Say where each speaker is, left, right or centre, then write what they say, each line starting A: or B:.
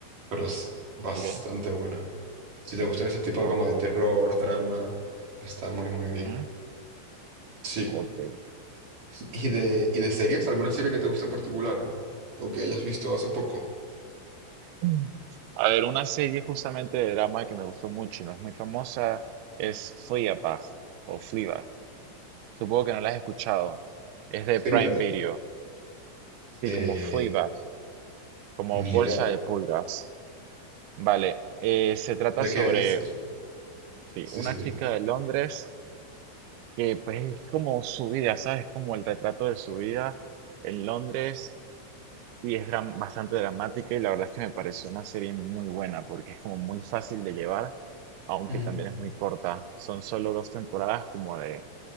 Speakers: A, on the right (about 45°); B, on the right (about 80°).
A: pero es bastante
B: ¿ok?
A: buena. Si te gustan ese tipo
B: Ok.
A: de como de terror, drama, está muy, muy bien.
B: Ujú,
A: Sí.
B: Ok.
A: ¿Y de, y de series? ¿Alguna serie que te guste en particular? ¿O que hayas visto hace poco?
B: Mm. A ver, una serie justamente de drama que me gustó mucho y no es muy famosa es Fleabag o Fleabag. Supongo que no la has escuchado. Es de
A: Ferida.
B: Prime Video. Sí,
A: Eh,
B: como Fleabag, como
A: ni
B: bolsa
A: idea
B: de pulgas. Vale. eh, se trata
A: de
B: sobre,
A: qué es.
B: sí,
A: Sí,
B: una
A: sí, dime.
B: chica de Londres que pues es como su vida, ¿sabes? Como el retrato de su vida en Londres y es dram- bastante dramática y la verdad es que me pareció una serie muy buena porque es como muy fácil de llevar aunque
A: Ujú.
B: también es muy corta. Son solo dos temporadas, como de